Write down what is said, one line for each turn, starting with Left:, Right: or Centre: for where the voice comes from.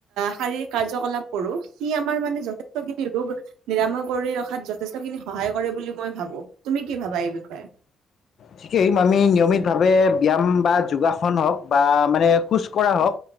Right: শাৰীৰিক কাৰ্যকলাপ কৰো। সি আমাৰ মানে যথেষ্ট খিনি ৰোগ নিৰাময় কৰি ৰখাত যথেষ্ট খিনি সহায় কৰে বুলি মই ভাবো। তুমি কি ভাবা এই বিষয়ে।
Left: ঠিকেই আমি নিয়মিত ভাৱে ব্যায়াম বা যোগাসন হওক বা মানে খোজ কঢ়া হওক